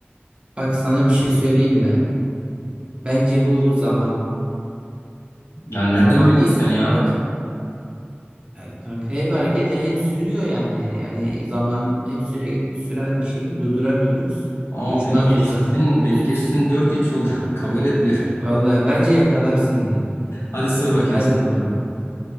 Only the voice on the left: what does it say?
Ya nereden
bildin
sen
ya?
Aa
beni geçtin,
beni geçtin dört hiç oldu. <laughs> Kabul etmiyorum.
Hadi sor bakayım
sen.